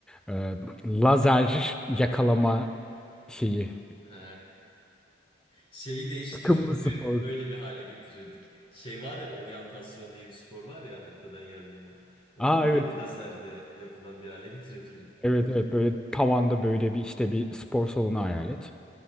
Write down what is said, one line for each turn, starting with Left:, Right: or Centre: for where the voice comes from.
Centre: Ee, lazer yakalama şeyi.
Left: He. Şeyi değiştirir
Centre: Takımlı spor.
Left: öyle bir hale getirirdik. Şey var ya oryantasyon diye bir spor var ya haritadan yer bulma. Onu
Centre: Aa
Left: böyle
Centre: evet.
Left: lazerle yapılan bir hale <laughs> getirebilirdik
Centre: Evet
Left: belki.
Centre: evet böyle tavanda böyle bir işte bir spor salonu hayal et.